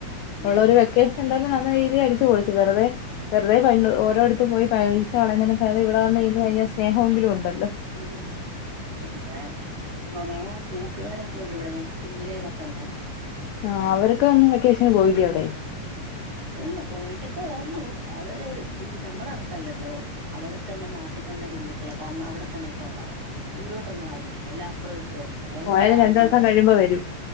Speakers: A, on the right; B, on the left.
A: ഉം
B: ഉള്ളരു വെക്കേശന്തായാലും ഉ നന്നായി ഈ വെറുതെഅടിച്ചുപൊളിച്ചു വെറതെ വെറുതെ ഒരോടൊത്തു പോയി പൈസ കളുന്നതിന് പേദം ഇവിടെ വന്നിരുന്നു കഴിഞ്ഞാൽസ്നേഹെങ്കിലും ഉണ്ട്
A: ഉം പിന്നെ കൊറേ കൂട്ടുകാരൊക്കെുണ്ട് ഇവിടെ കുഞ്ഞിലേ തൊട്ടുള്ളെ
B: ആ അവരൊക്കെ അങ്ങ് വെക്കേഷന് പോയി എവിടെ <unintelligible>
A: ഇല്ല പോയിട്ടൊക്കെ വന്നു അവര് ഈ നമ്മടെ കണക്കല്ലല്ലോ അവിടെത്തന്നെ നാട്ടി തന്നെ ബന്ധു മക്കളൊക്കെ അ അവിടെത്തന്നൊക്കെള്ളത ദൂരോട്ടൊന്നും ആരുംഇല്ല അല്ല അപ്പുറവും ഇപ്പറോം ഒക്കെയള്ള എന്നും
B: പോയാലും
A: കാണുന്നവരാ
B: രണ്ടു ദിവസം കഴിയുമ്പോ വരും